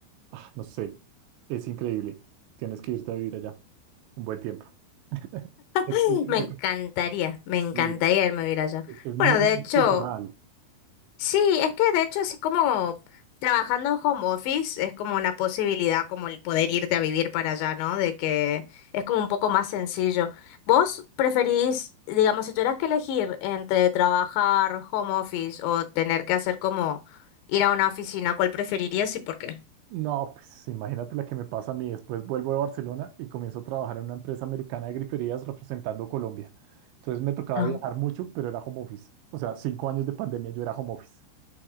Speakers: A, on the right (about 80°); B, on the left (about 80°).
A: Ah, no sé, es increíble. Tienes que irte a vivir allá un buen tiempo. <laughs> Es,
B: <laughs>
A: es-
B: Me encantaría, me
A: sí,
B: encantaría irme a vivir allá.
A: es- es muy
B: Bueno, de hecho,
A: cultural.
B: Sí, es que de hecho así como trabajando home office es como una posibilidad como el poder irte a vivir para allá, ¿no? De que es como un poco más sencillo. ¿Vos preferís, digamos, si tuvieras que elegir entre trabajar home office o tener que hacer como ir a una oficina, ¿cuál preferirías y por qué?
A: No, pues imagínate la que me pasa a mí. Después vuelvo de Barcelona y comienzo a trabajar en una empresa americana de griferías representando Colombia. Entonces me tocaba
B: Ah.
A: viajar mucho, pero era home office. O sea, cinco años de pandemia yo era home office.